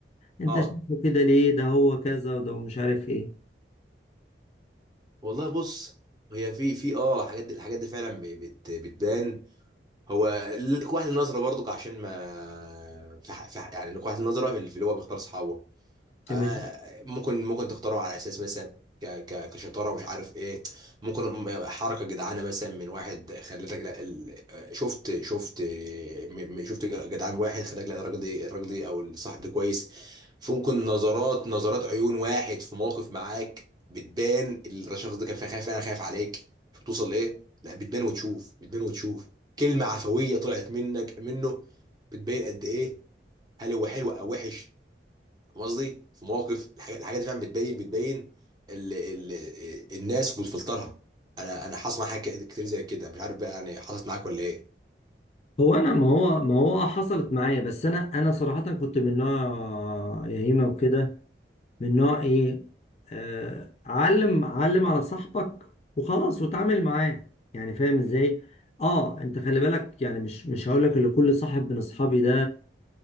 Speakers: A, on the left; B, on the right.
A: أنت
B: اه
A: شايفه كده ليه ده هو كذا وده مش عارف إيه
B: والله بص هي في في اه الحاجات دي الحاجات دي فعلا ب- بت بتبان هو ال- قوة النظرة برضك عشان ما في ح- في ح- يعني قوة النظرة في اللي هو بيختار صحابه
A: تمام.
B: آه ممكن ممكن تختاره على اساس مثلا ك ك كشطاره مش عارف ايه ممكن م- حركه جدعانه مثلا من واحد خلتك لا ال... آه، شفت شفت م... م- شفت جدعان واحد خلاك لا الراجل ده الراجل ده او الصاحب ده كويس فممكن نظرات نظرات عيون واحد في موقف معاك بتبان ال- الشخص ده كان خايف انا خايف عليك شوف توصل لايه لا بتبان وتشوف بتبان وتشوف كلمه عفويه طلعت منك منه بتبين قد ايه هل هو حلو او وحش فاهم قصدي في مواقف الحاجات الحاجات دي فعلا بتبين بتبين ال ال الناس وبتفلترها انا انا حصل معايا حاجات كتير كتير زي كده مش عارف بقى يعني حصلت معاك ولا ايه
A: هو انا ما هو ما هو حصلت معايا بس انا انا صراحة كنت من نوع يهيمة وكده من نوع ايه آه علم علم على صاحبك وخلاص وتعامل معاه يعني فاهم ازاي اه انت خلي بالك يعني مش مش هقول لك اللي كل صاحب من اصحابي ده